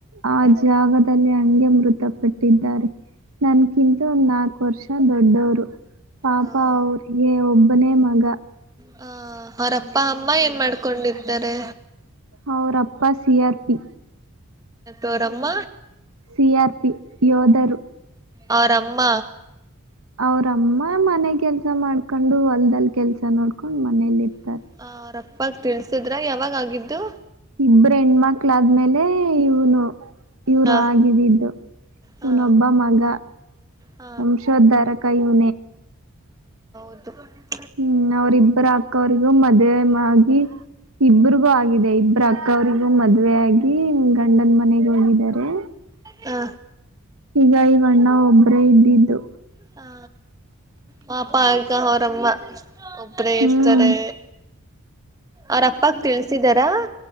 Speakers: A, on the right (about 70°); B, on the right (about 15°).
A: ಆ ಜಾಗದಲ್ಲಿ ಹಂಗೆ ಮೃತಪಟ್ಟಿದ್ದಾರೆ ನನ್ಕಿಂತ ಒಂದ್ ನಾಕು ವರ್ಷ ದೊಡ್ಡವರು ಪಾಪ
B: ಹ
A: ಅವರಿಗೆ ಒಬ್ಬ ಒಬ್ಬನೇ ಮಗ
B: ಹ ಅವರಪ್ಪ ಅಮ್ಮ ಏನ್ ಮಾಡ್ಕೊಂಡಿದ್ದಾರೆ
A: ಅವರಪ್ಪ ಸಿಆರ್ ಪಿ
B: ಅವರ್ ಅಮ್ಮ
A: ಸಿಆರ್ ಪಿ ಯೋಧರು
B: ಅವರಮ್ಮ
A: ಅವ್ರಮ್ಮ ಮನೆ ಕೆಲ್ಸ ಮಾಡ್ಕೊಂಡು ಹೊಲ್ಲ್ ಕೆಲ್ಸ ನೋಡ್ಕೊಂಡ್ ಮನೇಲಿ ಇತ್ತು
B: <inaudible> ಇಗ ತಿಳಸಿದ್ರ ಯಾವಾಗ ಆಗಿದ್ದು
A: ಇಬರು ಹೆಣ್ಮಕ್ಳಾದ್ಮೇಲೆ ಇವನು ಇವರು
B: ಹ
A: ಆಗಿದ್ದಿದ್ದು
B: ಹ
A: ಇವನೊಬ್ಬ ಮಗ
B: ಹ
A: ವಂಶೋದ್ಧಾರ ಕೈನ
B: ಹ್ಮ್ಮ್.
A: ಹ್ಮ್ ಅವ್ರಿಬ್ಬರ ಅಕ್ಕ ಅವ್ರಿಗೂ ಮದ್ವೆ ಆಗಿ ಇಬರಿಗೂ ಆಗಿದೆ ಇಬ್ಬರ ಅಕ್ಕ ಅವ್ರಿಗೂ ಮದ್ವೆೆ ಆಗಿ ಗಂಡನ್ ಮನೆಗ ಹೋಗಿದ್ದಾರೆ
B: ಹ
A: ಹಗ ಬಣ್ಣ ಒಬ್ಬರೇ ಇದ್ದಿದ್ದು
B: ಹಾ ಮಾಪಾಕ್ಕ ಹೊರಮ್ಮ ಒಬ್ಬರೇ
A: ಹ್ಮ್
B: ಇರ್ತಾರೆ ಅವ್ರಪ್ಪಕ್ ತಿಳಸಿದಾರಾ